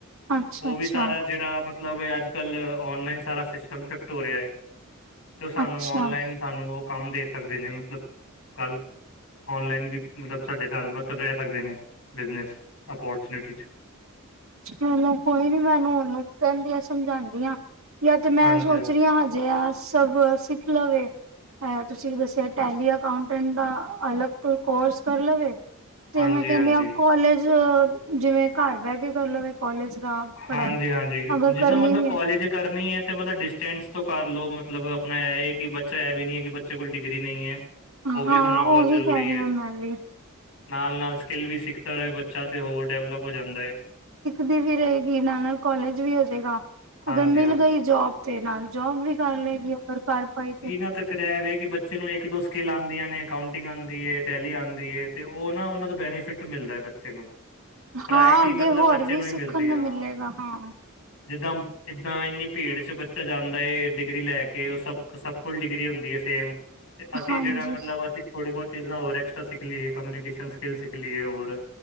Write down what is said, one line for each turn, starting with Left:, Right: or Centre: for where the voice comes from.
Right: ਅੱਛਾ
Left: ਓਹ
Right: ਅੱਛਾ
Left: ਵੀ ਸਾਰਾ ਜੇੜਾ ਮਤ ਮਤਲਬ ਅੱਜ-ਕੱਲ ਔਨਲਾਈਨ ਸਾਰਾ ਸਿਸਟਮ ਸ਼ਿਫਟ ਹੋ ਰਿਐ ਏ ਤੇ ਔ ਸਾਨੂੰ
Right: ਅੱਛਾ
Left: ਔਨਲਾਈਨ ਸਾਨੂੰ ਓਹ ਕੰਮ ਦੇ ਸਕਦੇ ਨੇ ਮਤਲਬ ਕੱਲ ਔਨਲਾਈਨ ਵੀ ਮਲਬ ਸਾਡੇ ਨਾਲ ਮਤਲਬ ਰੈ ਸਕਦੇ ਨੇ ਬਿਜਨਸ ਅੋਪੌਰਚੂਨਿਟੀ ਚ।
Right: ਚਲੋ ਕੋਈ ਨੀ ਮੈਨੂੰ ਔਹਨੂੰ ਕੈੰਦੀ ਆਂ ਸਮਝਾਦੀ ਆਂ। ਯਾਤੇ ਮੈਂ
Left: ਹਾਂਜੀ
Right: ਸੋਚ
Left: ਹਾਂਜੀ
Right: ਰੀ ਆ ਹਜੇ ਆ ਸਭ ਸਿੱਖ ਲਵੇ। ਆ ਤੁਸੀਂ ਵੀ ਦੱਸਿਆ ਟੈਲੀ ਅਕਾਉਂਟੈਂਟ ਦਾ ਅਲੱਗ ਤੋਂ ਕੋਰਸ ਕਰ ਲਵੇ। ਤੇ
Left: ਹਾਂਜੀ
Right: ਮੈਂ ਕੈੰਦੀ
Left: ਹਾਂਜੀ
Right: ਆ ਕੋਲਜ ਜਿਵੇਂ ਘਰ ਬੈ ਕੇ ਕਰ ਲਵੇ ਕੋਲਜ ਦਾ। ਪੜ੍ਹਾਈ
Left: ਹਾਂਜੀ ਹਾਂਜੀ,
Right: ਅਗਰ
Left: ਜਿੱਦਾਂ
Right: ਕਰਨੀ
Left: ਮਤਲਬ
Right: ਵੀ
Left: ਕੋਲਜ
Right: ਹੈ
Left: ਕਰਨੀ ਹੈ ਤੇ ਮਤਲਬ ਡਿਸਟੈਂਸ ਤੋਂ ਕਰ ਲੋ ਮਤਲਬ ਅਪਣਾ ਐ ਏ ਕਿ ਬੱਚਾ ਐ ਵੀ ਨੀ ਐ ਕਿ ਬੱਚੇ ਕੋਲ ਡਿਗਰੀ ਨਹੀਂ ਹੈ। ਓਹ ਵੀ
Right: ਹਾਂ
Left: ਹੋਣਾ ਬਹੁਤ
Right: ਉਹੀ
Left: ਜ਼ਰੂਰੀ
Right: ਕਹਿ ਰਹੀ
Left: ਹੈ।
Right: ਹਾਂ ਮੈਂ ਵੀ
Left: ਨਾਲ ਨਾਲ ਸਕਿੱਲ ਵੀ ਸਿੱਖਦਾ ਰਹੇ ਬੱਚਾ ਤੇ ਹੋਰ ਡੈਵਲਪ ਹੋ ਜਾਂਦਾ ਏ।
Right: ਦੀ ਵੀ ਰਹੇਗੀ ਨਾਲ ਨਾਲ ਕੋਲਜ ਵੀ ਹੋ ਜੇਗਾ।
Left: ਹਾਂਜੀ
Right: ਅਗਰ ਮਿਲ
Left: ਹਾਂਜੀ
Right: ਗਈ ਜੋਬ ਦੇ ਨਾਲ ਜੋਬ ਵੀ ਕਰ ਲਏਗੀ ਅਗਰ ਕਰ ਪਾਈ ਤੇ
Left: ਤਾਂ ਰਹਿ ਕਿ ਬੱਚੇ ਨੂੰ ਇੱਕ ਦੋ ਸਕੀਲ ਆਉਂਦੀਆਂ ਨੇ ਅਕਾਊਂਟਿੰਗ ਆਉਂਦੀ ਹੈ ਟੈਲੀ ਆਉਂਦੀ ਹੈ ਤੇ ਉਹ ਨਾ ਉਹਨਾਂ ਦਾ ਬੈਨੀਫਿਟ ਮਿਲਦਾ ਹੈ ਬੱਚੇ ਨੂੰ ਪ੍ਰਾਇਰਟੀ
Right: ਹਾਂ ਅੱਗੇ
Left: ਮਤਲਬ
Right: ਹੋਰ
Left: ਬੱਚੇ
Right: ਵੀ
Left: ਨੂੰ ਹੀ
Right: ਸਿੱਖਣ
Left: ਮਿਲਦੀ
Right: ਨੂੰ
Left: ਹਾਂ
Right: ਮਿਲੇਗਾ ਹਾਂ
Left: ਜਿੱਦਾਂ ਇਦਾਂ ਇੰਨੀ ਭੀੜ ਚ ਬੱਚਾ ਜਾਂਦਾ ਡਿਗਰੀ ਲੈ ਕੇ ਉਹ ਸਭ ਸਭ ਕੋਲ ਡਿਗਰੀ ਹੁੰਦੀ ਹੈ ਸੇਮ ਅਸੀਂ
Right: ਹਾਂਜੀ
Left: ਜਿਹੜਾ ਮਤਲਬ ਅਸੀਂ ਥੋੜੀ ਬਹੁਤ ਚੀਜ਼ਾਂ ਹੋਰ ਐਕਸਟਰਾ ਸਿੱਖ ਲਈਏ ਕਮਿਊਨੀਕੇਸ਼ਨ ਸਕ ਸਿੱਖ ਲਈਏ ਹੋਰ